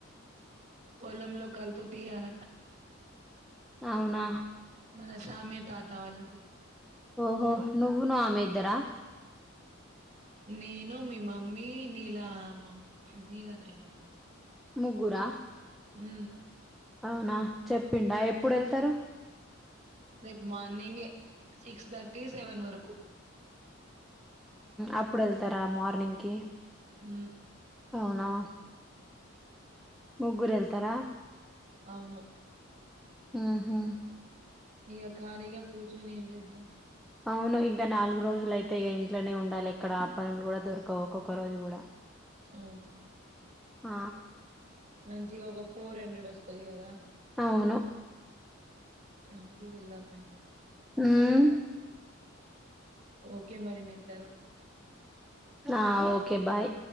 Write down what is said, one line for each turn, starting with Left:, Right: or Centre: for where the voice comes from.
Right: పొలంలో కలుపుత అనట
Centre: అవునా
Right: మన సామ్య తా కావాలది
Centre: ఓహా నువ్వును ఆమెద్దార
Right: నేను మీ మమ్మీ నీల అమ్మమ్మ నీల నాయనమ్మ
Centre: ముగ్గురా
Right: ఉ
Centre: అవునా చెప్పిడా ఎప్పుడు వెళ్తారు
Right: రేపు మార్నింగ్ సిక్స్ థర్టీ సెవెన్ వరకు
Centre: అప్పుడు వెళ్తారా మార్నింగ్ కి
Right: హ
Centre: అవునా ముగ్గురు వెళ్తారా
Right: అవును
Centre: ఆహా
Right: ఇక ఖాలీగా కూచునిమ్ జద్దం
Centre: అవును ఇంకా నాలుగు రోజులు అయితే ఇక ఇంట్లోనే ఉండాలి ఇక్కడ పనులు కూడా దొరకవు ఒక్కొక్క రోజు కూడా
Right: అవును
Centre: ఆ
Right: మంచి ఒక ఫోర్ హండ్రెడ్ వస్తుది కదా
Centre: అవును
Right: అందుకే వెళ్దామనండి
Centre: ఉమ్
Right: ఓకే మరి నేన్
Centre: యా ఓకే బాయ్